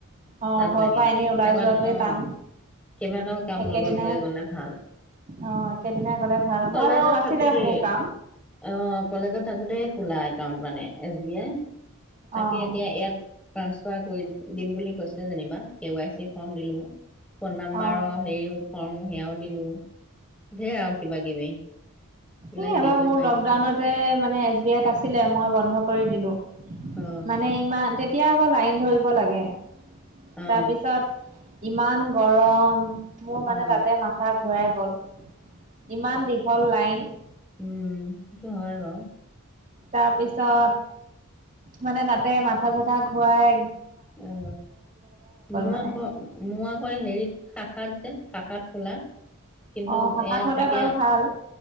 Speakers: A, on the right; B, in the centre.
A: অ',
B: টান
A: ঘৰৰ
B: লাগে
A: পৰা এনেই ওলাই
B: কেতিয়াবা,
A: যোৱাটোৱে
B: অ
A: টান।
B: কেইবাটাও কাম
A: একেদিনাই
B: লগত লৈ গলে ভাল।
A: অ', একেদিনাই গ'লে ভাল।
B: কলেজত
A: মই বাৰু আছিলে
B: থাকোতেই
A: মোৰ কাম।
B: অ কলেজত থাকোতেই খোলা একাউণ্ট মানে এছ বি আই, তাকে
A: অ',
B: এতিয়া ইয়াত ট্ৰাঞ্চফাৰ কৰি দিম বুলি কৈছে যেনিবা কে ৱাই চি ফৰ্ম দিলোঁ। ফোন নাম্বাৰৰ
A: অ',
B: হেৰিও ফৰ্মো সেয়াও দিলো ঢেৰ আৰু কিবা কিবি। এইবিলাক
A: এ
B: দি
A: এবাৰ
B: কৰি
A: মোৰ
B: থৈ
A: লকডাউনতে
B: আহিছোঁ
A: মানে এছ বি আইত আছিলে মই ব বন্ধ কৰি দিলো
B: অ
A: মানে ইমান তেতিয়া আকৌ লাইন ধৰিব লাগে।
B: অ
A: তাৰপিছত ইমান গৰম। মোৰ মানে
B: অ
A: তাতে মাথা ঘূৰাই গল ইমান দীঘল লাইন।
B: উম সেইটো হয় বাৰু।
A: তাৰপিছত মানে তাতে মাথা চাথা ঘুৰাই
B: অ, মোৰ আকৌ
A: মানে।
B: মোৰ আকৌ হেৰিত শাখাত যে শাখাত খোলা কিন্তু
A: অ'
B: ইয়াত
A: শাখাত হ'লে
B: এতিয়া
A: বাৰু ভাল